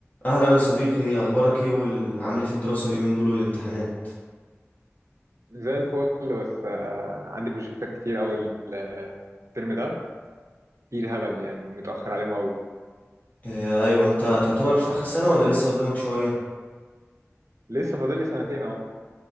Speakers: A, on the left; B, on the right.
A: اهلا يا صديقي اخبارك ايه والعامل ايه في الدراسه اليومين دول والامتحانات
B: زي الفل بس آه، عندي بروجكتات كتير أوي ال- آه، الترم ده كتير هبل يعني ومتأخر عليهم أوي
A: آه ايوه انت تعتبر في اخر سنه ولا لسه قدامك شويه
B: لسه فاضل لي سنتين أهو